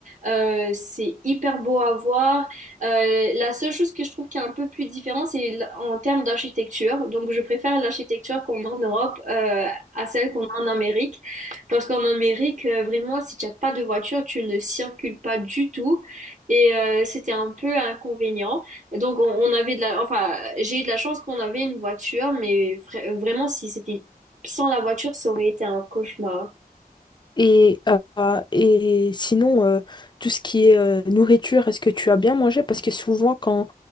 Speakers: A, on the right; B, on the left.
A: Euh, c'est hyper beau à voir. Euh, la seule chose que je trouve qui est un peu plus différente, c'est l- en termes d'architecture. Donc, je préfère l'architecture qu'on a en Europe euh, à celle qu'on a en Amérique. Parce qu'en Amérique, euh, vraiment, si tu n'as pas de voiture, tu ne circules pas du tout. Et euh, c'était un peu inconvénient. Donc, on, on avait de la... Enfin, j'ai eu de la chance qu'on avait une voiture, mais vra- vraiment, si c'était sans la voiture, ça aurait été un cauchemar.
B: Et, euh, et sinon, euh, tout ce qui est euh, nourriture, est-ce que tu as bien mangé? Parce que souvent, quand,